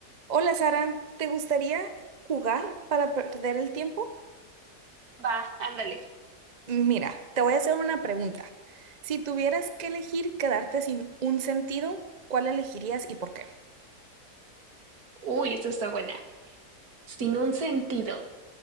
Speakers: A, on the right; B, on the right.
A: Hola Sara, ¿te gustaría jugar para perder el tiempo?
B: Va, ándale.
A: Mira, te voy a hacer una pregunta. Si tuvieras que elegir quedarte sin un sentido, ¿cuál elegirías y por qué?
B: Uy, esto está buena. Sin un sentido.